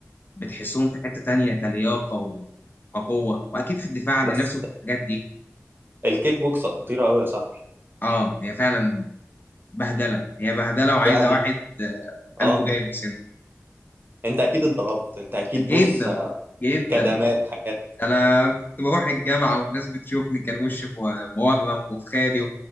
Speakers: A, on the left; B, on the right.
A: بتحسهم في حتة تانية كلياقة و- وقوة وأكيد في الدفاع عن
B: بس
A: النفس وفي الحاجات دي
B: الكيك بوكس خطيره قوي يا صاحبي
A: أه هي فعلا بهدلة هي بهدلة وعايزة
B: يعني
A: واحد آه
B: اه
A: قلبه جاي من سنه
B: انت اكيد اتضربت انت اكيد
A: جدا
B: بص آه،
A: جدا
B: كدمات حاجات
A: أنا كنت بروح الجامعة والناس بتشوفني كان وشي مو- مورم وفي خالي